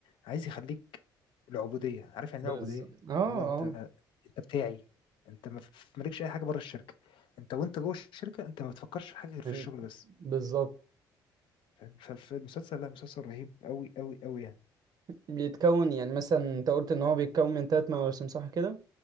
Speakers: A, on the left; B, on the right.
A: عايز يخليك العبوديه عارف يعني
B: بالظبط
A: ايه عبوديه
B: اه
A: اللي هو انت
B: آه.
A: انت بتاعي انت ما ف- مالكش اي حاجه بره الشركه انت وانت جوه الشركه انت ما بتفكرش في حاجه غير في
B: انت
A: الشغل بس
B: بالظبط
A: فاهم فالمسلسل لا مسلسل رهيب قوي قوي قوي يعني
B: بيتكون يعني مثلا انت قلت ان هو بيتكون من ثلاث مواسم صح كده